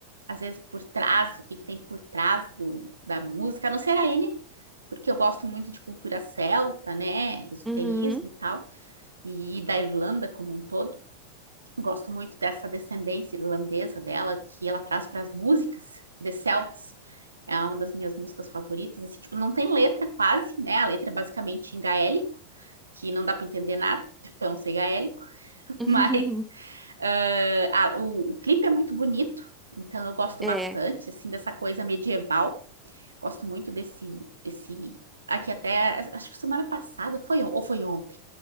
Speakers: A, on the right; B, in the centre.
A: às vezes por trás, o que que tem por trás do, da música, a não ser a N, porque eu gosto muito de cultura celta, né? Esoterismo
B: Uhum.
A: e tal, e da Irlanda como um todo. Gosto muito dessa descendência irlandesa dela, que ela traz para as músicas The Celts. É uma das minhas músicas favoritas. Assim, tipo, não tem letra quase, né? A letra é basicamente em gaélico, que não dá para entender nada, porque eu não sei gaélico. <laughs>
B: <laughs>
A: Mas uh, a, o, o clipe é muito bonito, então eu gosto
B: É.
A: bastante, assim, dessa coisa medieval Gosto muito desse, desse. Aqui até, acho que semana passada foi on- ou foi ontem.